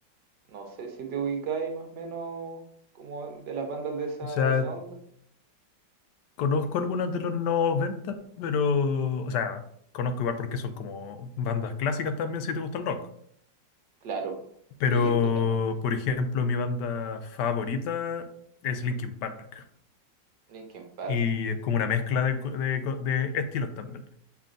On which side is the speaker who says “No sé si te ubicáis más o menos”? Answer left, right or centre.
Right